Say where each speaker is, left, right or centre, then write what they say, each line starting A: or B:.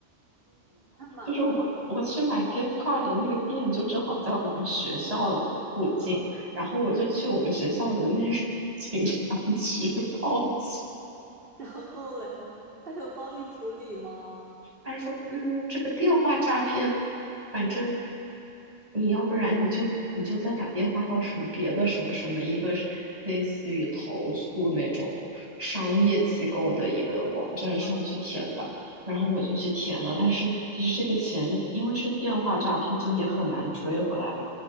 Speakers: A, on the right (about 45°); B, on the right (about 30°).
A: 干嘛了？
B: 就是我我去买 gift card 的那个店就正好在我们学校附近，
A: 啊，
B: 然后我就去我们学校的那个 <laughs> 警察局报警。
A: 然后嘞，他有帮你处理吗？
B: 他说：“嗯，这个电话诈骗，反正你要不然你就你就再打电话到什么别的什么什么一个是类似于投诉那种商业机构的一个网站上去填吧。”然后我就去填了，
A: 啊，
B: 但是其实这个钱就因为是电话诈骗，就也很难追回来嘛。